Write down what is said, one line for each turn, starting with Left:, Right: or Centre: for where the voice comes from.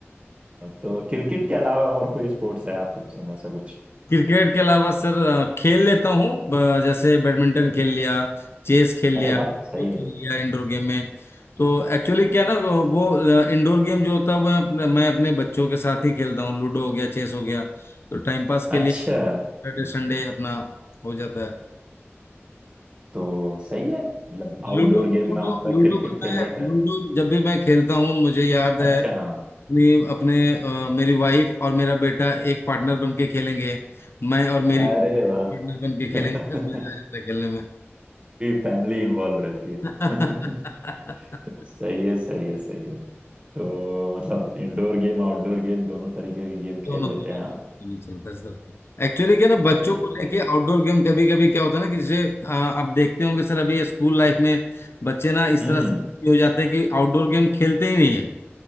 Right: तो क्रिकेट के अलावा और कोई स्पोर्ट्स है आपको पसंद ऐसा कुछ
Left: क्रिकेट के अलावा सर अ, खेल लेता हूँ ब- जैसे बैडमिंटन खेल लिया चेस खेल
Right: अरे
Left: लिया
Right: वाह सही
Left: वो खेल
Right: है
Left: लिया इंडोर गेम में तो एक्चुअली क्या ना वो वो, अ, इंडोर गेम जो होता है वो अपने, मैं अपने बच्चों के साथ ही खेलता हूँ लूडो हो गया चेस हो गया तो टाइम पास के
Right: अच्छा
Left: लिए सैटरडे संडे अपना हो जाता है
Right: तो सही है मतलब आउटडोर
Left: लूडो
Right: गेम
Left: लूडो
Right: में आपका
Left: लूडो
Right: क्रिकेट
Left: में मैं
Right: फेवरेट है
Left: लूडो जब भी मैं खेलता हूँ मुझे याद
Right: अच्छा
Left: है
Right: हाँ
Left: अपनी अपने अ, मेरी वाइफ और मेरा बेटा एक पार्टनर बन के खेलेंगे मैं और मेरी
Right: अरे
Left: पार्टनर
Right: वाह
Left: बन के खेलेंगे
Right: पूरी
Left: सर मजा आ जाता है खेलने में
Right: फैमिली इन्वॉल्व रहती है
Left: <laughs>
Right: <laughs> सही है सही है सही है तो मतलब इंडोर गेम आउटडोर गेम दोनों तरीके के गेम
Left: दोनों
Right: खेल लेते
Left: दोनों
Right: हैं
Left: दोनों
Right: आप
Left: दोनों चलता है एक्चुअली क्या ना बच्चों
Right: सही
Left: को
Right: है सही
Left: लेके आउटडोर
Right: है
Left: गेम कभी कभी क्या होता है ना कि जैसे अ, आप देखते होंगे सर अभी स्कूल लाइफ में बच्चे ना इस
Right: हम्म
Left: तरह से हो जाते हैं कि आउटडोर गेम खेलते ही नहीं है